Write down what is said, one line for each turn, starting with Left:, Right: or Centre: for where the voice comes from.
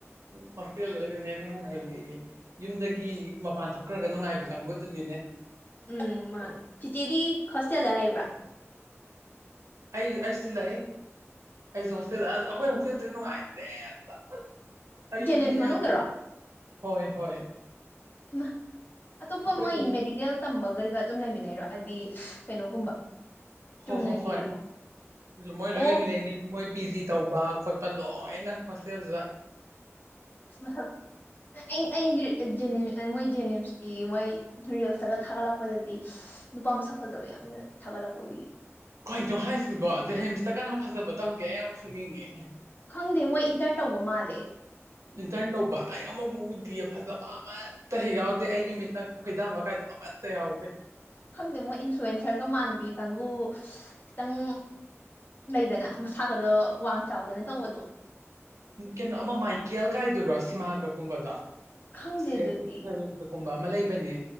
Right: ꯍꯣꯁꯇꯦꯜ ꯗ ꯂꯩꯕꯅ ꯍꯦꯟꯅ ꯅꯨꯪꯉꯥꯏꯌꯥꯌꯦ ꯫ ꯌꯨꯝꯗꯒꯤ ꯃꯄꯥꯟ ꯊꯣꯛꯈ꯭ꯔꯒ ꯅꯨꯡꯉꯥꯏꯕꯤ ꯀꯥꯡꯕꯨꯗꯨꯅꯤꯅꯦ꯫
Left: ꯎꯝ ꯃꯥꯅꯦ ꯐꯤꯆꯦꯗꯤ ꯍꯣꯁꯇꯦꯜꯗ ꯂꯩꯕ꯭ꯔꯥ
Right: ꯑꯩ ꯑꯩꯁꯨ ꯂꯩ꯫ ꯑꯩꯁꯨ ꯍꯣꯁꯇꯦꯜꯗ ꯑꯩꯈꯣꯏ ꯍꯣꯁꯇꯦꯜꯗꯤ ꯅꯨꯡꯉꯥꯏꯇꯦ ꯑꯝ ꯑꯩꯗꯤꯅꯦ
Left: ꯖꯦꯅꯤꯝꯁ ꯃꯅꯨꯡꯗꯔꯣ
Right: ꯍꯣꯏ ꯍꯣꯏ
Left: ꯃ ꯑꯇꯣꯞꯄ
Right: ꯑꯩꯈꯣꯏꯗꯨꯗꯤ
Left: ꯃꯣꯏ ꯃꯦꯗꯤꯀꯦꯜ ꯇꯝꯕꯒꯩꯒ ꯑꯗꯨꯝ ꯂꯩꯃꯤꯟꯅꯩꯔꯣ ꯍꯥꯏꯗꯤ ꯀꯩꯅꯣꯒꯨꯝꯕ
Right: ꯍꯣ
Left: ꯆꯨꯝꯅꯒꯤ
Right: ꯍꯣ ꯍꯣꯏ ꯃꯣꯏ ꯂꯣꯏ
Left: ꯑꯣ
Right: ꯂꯩꯃꯤ ꯏꯅꯦꯅꯦ ꯃꯣꯏ ꯄꯤ ꯖꯤ ꯇꯧꯕ ꯈꯣꯠꯄ ꯂꯣꯏꯅ ꯍꯣꯁꯇꯦꯜꯁꯤꯗ
Left: ꯑꯁ ꯃꯁꯛ ꯑꯩ ꯑꯩꯗꯤ ꯖꯦꯅꯤꯝ ꯃꯣꯏ ꯖꯦꯅꯤꯝꯁꯀꯤ ꯃꯣꯏ ꯔꯤꯌꯦꯜꯁꯇꯒ ꯊꯥꯒꯠꯂꯛꯄꯗꯗꯤ ꯅꯨꯄꯥ ꯃꯁꯛ ꯐꯖꯕ ꯌꯥꯝꯅ ꯊꯥꯒꯠꯂꯛꯄ ꯎꯏ
Right: ꯀꯩꯅꯣ ꯍꯥꯏꯁꯤꯕꯣ ꯖꯦꯍꯤꯝꯁꯇ ꯀꯅꯥ ꯐꯖꯕ ꯇꯧꯒꯦ ꯑꯩ ꯌꯥꯝ ꯈꯪꯅꯤꯡꯉꯦ
Left: ꯈꯪꯗꯦ ꯃꯣꯏ ꯏꯟꯇꯔꯟ ꯇꯧꯕ ꯃꯥꯜꯂꯦ
Right: ꯏꯟꯇꯔꯟ ꯇꯧꯕ ꯑꯩ ꯑꯃꯕꯨ ꯎꯗꯤꯌꯦ ꯐꯖꯕ ꯑꯃ ꯇꯦꯛ ꯌꯥꯎꯗꯦ ꯑꯩꯒꯤ ꯃꯤꯠꯅ ꯈꯣꯏꯗꯥꯕ ꯀꯥꯏꯗꯣ ꯑꯃꯠꯇ ꯌꯥꯎꯗꯦ
Left: ꯈꯪꯗꯦ ꯃꯣꯏ ꯏꯟꯐ꯭ꯂꯨꯋꯟꯁꯔꯒ ꯃꯥꯟꯕꯤ ꯀꯥꯡꯒꯨ ꯈꯤꯇꯪ ꯂꯩꯗꯅ ꯃꯁꯥꯒꯗꫭ ꯋꯥꯡ ꯆꯥꯎꯗꯅ ꯇꯧꯕꯗꯣ
Right: ꯀꯩꯅꯣ ꯑꯃ ꯃꯥꯏꯀꯦꯜ ꯀꯥꯏꯗꯨꯔꯣ ꯁꯤꯃꯥꯒ ꯀꯨꯝꯕꯗꫭ
Left: ꯈꯪꯗꯦ ꯑꯗꯨꯗꯤ
Right: ꯀꯨꯀꯨꯝꯕ ꯑꯃ ꯂꯩꯕꯅꯦ